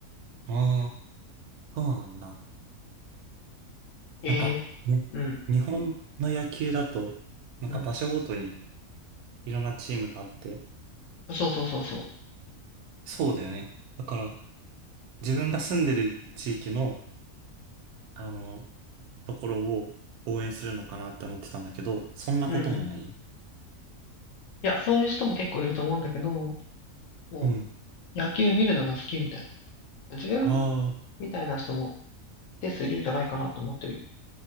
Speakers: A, on the right (about 80°); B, on the left (about 65°).
A: ああ、そうなんだ。
B: ええ、
A: なんか、ね、
B: うん、
A: 日本の野球だと、なんか場所ごとに
B: うん。
A: いろんなチームがあって、
B: そうそうそうそ
A: そうだよね。だから、自分が住んでる地域の、あの、ところを応援するのかなって思ってたんだけど、そんなこともない
B: う。うん、うん。いや、そういう人も結構いると思うんだけど、もう
A: うん。
B: 野球見るのが好きみたいな。自分
A: あ
B: みたいな人も一定数いるんじゃないかなと思ってるよ。